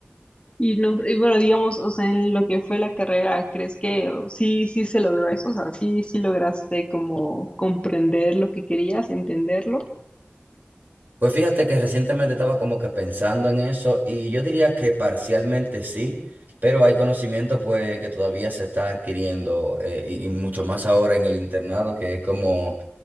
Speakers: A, on the left (about 25°); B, on the right (about 45°).
A: Y no, y bueno, digamos, o sea, en lo que fue la carrera, ¿crees que o, sí, sí se logró eso? O sea, sí, sí lograste como comprender lo que querías, entenderlo.
B: Pues fíjate que recientemente estaba como que pensando en eso y yo diría que parcialmente sí, pero hay conocimiento pues que todavía se está adquiriendo eh, y, y mucho más ahora en el internado que es como